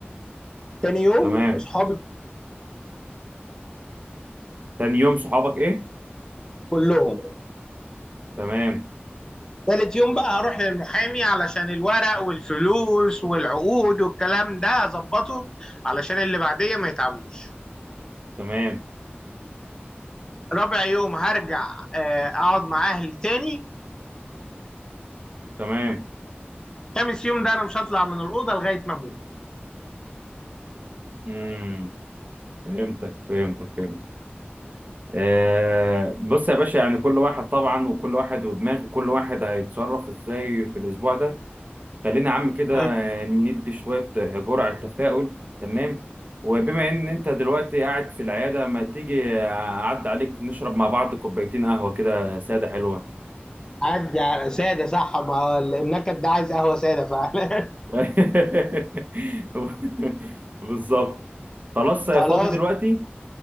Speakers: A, on the left; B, on the right.
A: تاني يوم
B: تمام
A: اصحابي
B: تاني يوم صحابك ايه
A: كلهم
B: تمام
A: تالت يوم بقى هروح للمحامي علشان الورق والفلوس والعقود والكلام ده اظبطه علشان اللي بعديه ما يتعبوش
B: تمام
A: رابع يوم هرجع آه، اقعد مع اهلي تاني
B: تمام
A: خامس يوم ده انا مش هطلع من الاوضه لغايه ما اموت
B: امم فهمتك فهمتك فهمتك آه بص يا باشا يعني كل واحد طبعا وكل واحد ودماغه كل واحد هيتصرف ازاي في الاسبوع ده خلينا يا عم كده
A: مم.
B: آه، ندي شوية آه، جرعة تفاؤل تمام وبما إن أنت دلوقتي قاعد في العيادة ما تيجي أعدي عليك نشرب مع بعض كوبايتين قهوة كده سادة حلوة
A: عدي على ساده صح ما ال- النكد ده عايز قهوه ساده فعلا
B: <laughs> بالظبط خلاص آه،
A: <laughs> خلاص
B: فاضي دلوقتي